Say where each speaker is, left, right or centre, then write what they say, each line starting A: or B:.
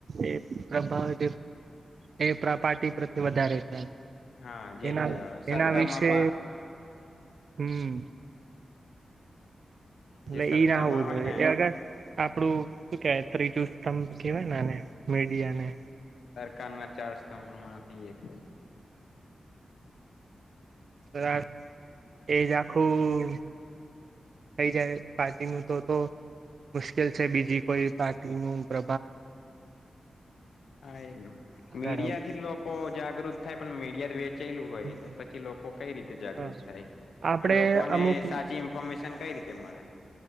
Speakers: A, on the right (about 70°); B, on the left (about 90°).
A: એ. પ્રભાવ જે એ પ્રાપારટી પ્રતે વધારે છે.
B: હા જે
A: એના
B: જજ સત્તામાંપ
A: એના વિશે હમ એટલે
B: જે સત્તા
A: ઈ ના હોવું
B: માં હોય
A: જોઈએ
B: ને
A: એ અગર આપડું શું કે ત્રીજું સ્તંભ કવાય નેને મેીડિયા ને
B: કાના ચાર સ્તંભ માં એક
A: રા એજ આખું
B: હમ
A: થઈ જાય પાર્ટીમાં તો તો મુશ્કેલ કેલ છે બીજી કોઈ નું પ્ર
B: હા એ
A: આગળ
B: મીડિયા થી લોકો જાગૃત થાય પણ મીડિયા ચેલું
A: આવવું
B: હોય તો પછી લોકો કઈ રીતે જાગૃત
A: હા
B: થાય
A: આપડે
B: અને લોકોને
A: અમુક
B: સાચી ઇન્ફોર્મેશન કઈ રીતે મળે.